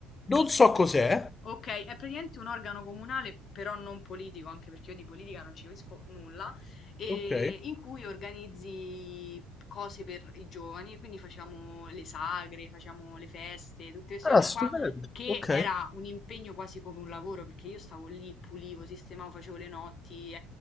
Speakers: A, on the left; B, on the left.
A: Non so cos'è.
B: Okay, è praticamente un organo comunale, però non politico, anche perché io di politica non ci capisco nulla, ehm,
A: Ok.
B: in cui organizzi cose per i giovani e quindi facevamo le sagre, facevamo le feste, tutte queste
A: Ah,
B: cose
A: stupendo.
B: qua, che
A: Ok.
B: era un impegno quasi come un lavoro, perché io stavo lì, pulivo, sistemavo, facevo le notti,